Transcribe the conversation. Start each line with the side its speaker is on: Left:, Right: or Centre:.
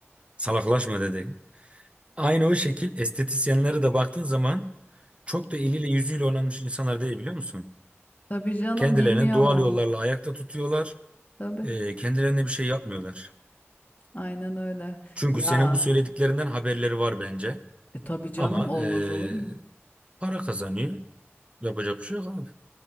Right: Salaklaşma dedi. Aynı o şekil estetisyenlere de baktığın zaman çok da eliyle yüzüyle oynanmış insanlar değil biliyor musun?
Left: Tabii canım
Right: Kendilerini
Left: bilmiyor
Right: doğal
Left: mu?
Right: yollarla ayakta tutuyorlar.
Left: Tabii.
Right: e, kendilerine bir şey yapmıyorlar.
Left: Aynen öyle.
Right: Çünkü
Left: Ya
Right: senin bu söylediklerinden haberleri var bence.
Left: e, tabii canım
Right: Ama
Left: olmaz
Right: eee,
Left: olur mu?
Right: para kazanıyor. Yapacak bir şey yok abi.